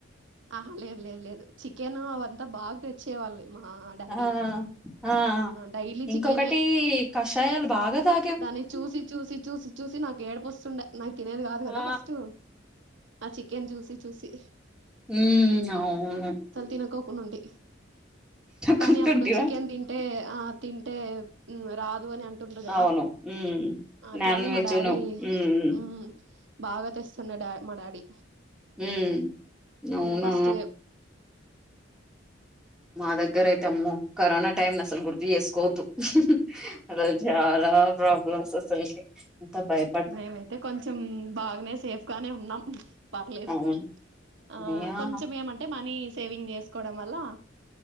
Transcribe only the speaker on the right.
ఆహ లేదు లేదు లేదు చికెన్ అవంతా బాగా తెచ్చే వాళ్ళు మా డాడీ
డైలీ
చికెనే
దాన్ని చూసి చూసి చూసి చూసి నాకు ఏడుపు వస్తుండే నాకు తినేది కాదు
కదా ఫస్ట్ ఆ చికెన్ చూసి చూసి
తినకోకుండా ఉంటి కానీ
అప్పుడు చికెన్ తి టే ఆ తింటే రాదు అని అంటుండు కదా
అట్లని
మా డాడీ
ఉమ్ బాగా తెస్తున్నాడె డా మా డాడీ
ఫస్ట్
మేమైతే కొంచెం బాగానే సేఫ్ గానే ఉన్నాం పర్లేదు
ఆ
కొంచెం ఏమంటే మనీ సేవింగ్ చేసుకో కోవడం వల్ల